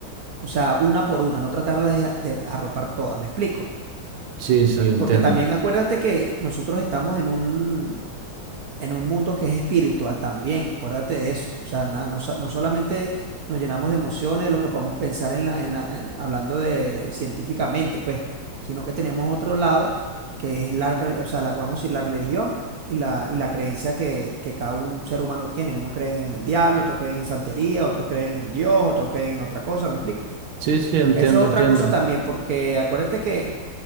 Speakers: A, on the right; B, on the right.
A: o sea, una por una, no tratarlas de, de arropar todas, ¿me explico?
B: Sí, sí, entiendo.
A: Porque también acuérdate que nosotros estamos en un, en un mundo que es espiritual también, acuérdate de eso. O sea, na- no, so- no solamente nos llenamos de emociones, de lo que podemos pensar en la, en la- en- hablando de, de científicamente, pues, sino que tenemos otro lado, que es la, re- o sea, la- vamos a decir, la religión y la, y la creencia que, que cada un ser humano tiene. Unos creen en el diablo, otros creen en santería, otros creen en Dios, otros creen en otra cosa, ¿me explico?
B: Sí, sí, entiendo,
A: Eso es otra
B: entiendo.
A: cosa también, porque acuérdate que